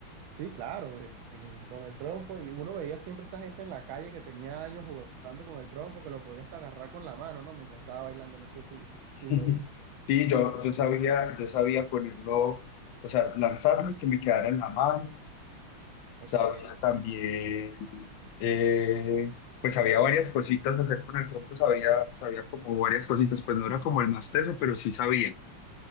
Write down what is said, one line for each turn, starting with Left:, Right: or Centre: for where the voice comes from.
Right: Sí, claro, eh, en- con el trompo. Y uno veía siempre esta gente en la calle que tenía años jugando con el trompo, que lo podía hasta agarrar con la mano, ¿no? Mientras estaba bailando, no sé si, <laughs> si
Left: <laughs>
Right: lo viste.
Left: Sí, yo, yo sabía, yo sabía ponerlo, o sea, lanzarlo y que me quedara en la mano.
Right: Ok.
Left: Sabía también, eh, pues había varias cositas hacer con el trompo, sabía, sabía como varias cositas, pues no era como el más teso, pero sí sabía.